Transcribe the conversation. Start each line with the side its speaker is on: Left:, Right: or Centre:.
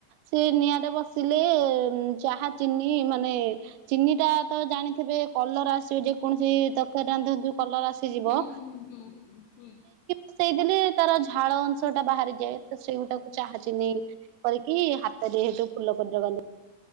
Right: ସେ ନିଆଁରେ ବସିଲେ, ଚାହା ଚିନି ମାନେ ଚିନି ଟା ତ ଜାଣିଥିବେ କଲର ଆସିବ, ଯେ କୌଣସି ତରକାର ରାନ୍ଧନ୍ତୁ କଲର ଆସିଯିବ।
Left: ହୁଁ ହୁଁ ହୁଁ ହୁଁ ହୁଁ ଉଁ
Right: ସେଇଦି ତାର ଝାଳ ଅଂଶ ଟା ବାହାରିଯାଏ, ତ ସେଇଗୁଟାକୁ ଚାହାଚିନି। କରିକି ହାତରେ ସେଇଠୁ ଫୁଲ କରି <inaudible>